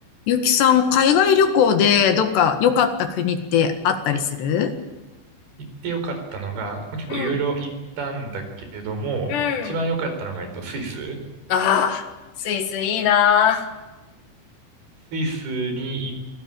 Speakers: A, on the left; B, on the right.
A: ゆきさん、海外旅行でどっか良かった国ってあったりする
B: 行ってよかったのが、まあ結構いろいろ行ったんだけれども、
A: うん、うん。
B: 一番良かったのが、えっと、スイス。
A: ああ、スイスいいな
B: スイスに行っ